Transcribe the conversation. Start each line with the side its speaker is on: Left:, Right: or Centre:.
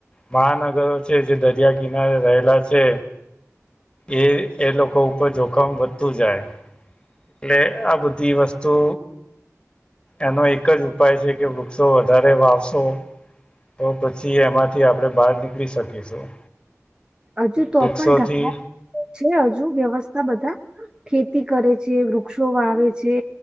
Left: મહાનગરો છે જે દરિયા કિનારે રહેલા છે એ એ લોકો. જોખમ વધતું જાય એટલે આ બધી વસ્તુ. એનો એક જ ઉપાય છે કે. ો વધારે વાવશો તો પછી એમાંથી આપણે બહાર નીકળી શકીશું.
Right: હજુ તો
Left: વૃક્ષોથી
Right: પણ ગામડા છે હજુ વ્યવસ્થ. બધા ખેતી કરે છે વૃક્ષો વાવે છે